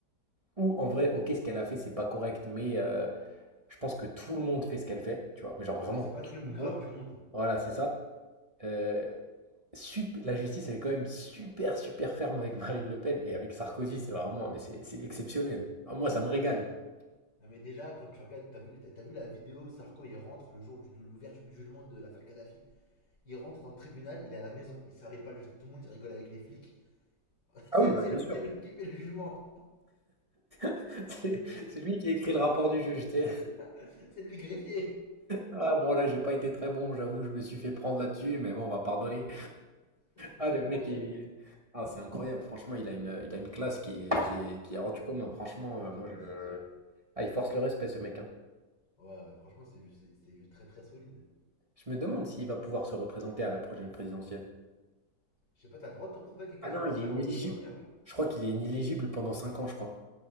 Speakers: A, on the right (about 20°); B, on the left (about 70°).
A: ou en vrai, ok, ce qu'elle a fait, c'est pas correct, mais. euh, Je pense que tout le monde fait ce qu'elle fait, tu vois? Mais genre vraiment
B: Ouais, c'est pas le
A: tout
B: truc le plus
A: le monde.
B: grave du monde.
A: Voilà, c'est ça. Euh, sup- la justice, elle est quand même super, super ferme avec Marine Le Pen et avec Sarkozy, c'est vraiment, mais c'est c'est exceptionnel. Ah, moi, ça me régale.
B: Ouais, mais,
A: <laughs>
B: non, mais déjà, quand tu regardes, t'as vu, t'as- t'as vu la vidéo où Sarko, il rentre le jour de l'ouverture du jugement de l'affaire Kadhafi. Il rentre dans le tribunal, il est à la maison. Il serre les pas, tout le monde, il rigole avec les flics. <laughs>
A: Ah
B: C'est
A: oui, bah bien sûr.
B: lui qui fait le jugement.
A: <laughs> C'est c'est lui qui a écrit le rapport du juge. tu sais.
B: <laughs> C'est lui le greffier.
A: Ah bon, là, j'ai pas été très bon, j'avoue, je me suis fait prendre là-dessus, mais bon, on va pardonner.
B: <laughs>
A: Ah,
B: Incroyable.
A: le mec, il- ah, c'est incroyable. Franchement, il a une, il a une classe qui est, qui est, qui est
B: Ouais.
A: hors du commun. Franchement, euh,
B: Non
A: moi,
B: mais
A: je.
B: c'est sûr.
A: Ah, il force le respect, ce mec. hein.
B: Ouais, ouais, franchement, c'est du, du très très solide.
A: Je me demande s'il va pouvoir se représenter à la prochaine présidentielle.
B: Je sais pas, t'as le droit de te représenter avec un casier
A: Ah non,
B: judiciaire
A: il est inéligible.
B: euh, qui est pas vierge.
A: Je crois qu'il est inéligible pendant 5 ans, je crois.